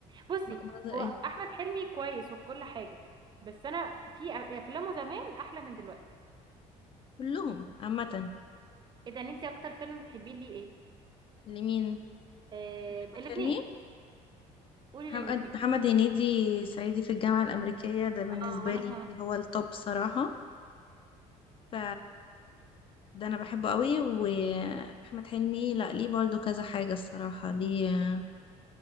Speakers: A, on the right; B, on the left.
A: بصي
B: لا، بهزر
A: هو
B: ايه
A: احمد حلمي كويس وكل حاجه بس انا في أ- افلامه زمان احلى من دلوقتي
B: كلهم عامة
A: ايه ده انت اكتر فيلم بتحبيه ليه ايه
B: لمين
A: آه
B: أحمد
A: الاثنين
B: حلمي
A: قولي
B: محمد
A: للاثنين
B: محمد هنيدي صعيدي في الجامعة الأمريكية ده بالنسبة
A: اه وانا
B: لي
A: كمان
B: هو التوب صراحة ف ده أنا بحبه قوي وأحمد حلمي لأ ليه برضو كذا حاجة الصراحة ليه